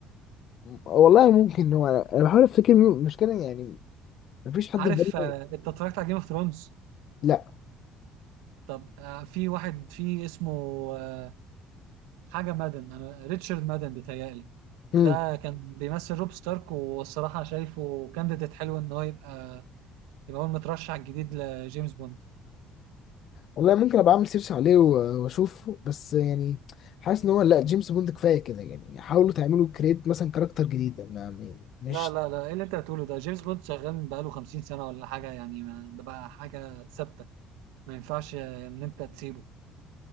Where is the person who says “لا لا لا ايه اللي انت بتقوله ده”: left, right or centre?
Right